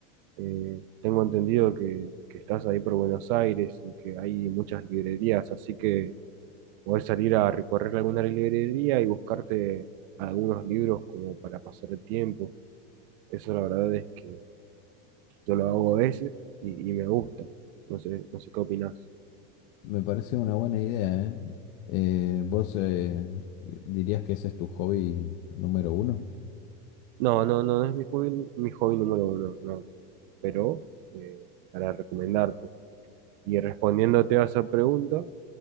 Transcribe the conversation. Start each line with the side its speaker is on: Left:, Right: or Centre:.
Right: Eh, tengo entendido que, que estás ahí por Buenos Aires y que hay muchas librerías, así que podés salir a recorrer alguna librería y buscarte algunos libros como para pasar el tiempo. Eso la verdad es que yo lo hago a veces y, y me gusta. No sé, no sé qué opinás.
Left: me parece una buena idea, ¿eh? Eh, ¿vos eh, dirías que ese es tu hobby número uno?
Right: No, no, no, no es mi hobby, mi hobby número uno. no. pero eh, para recomendarte. Y respondiéndote a esa pregunta,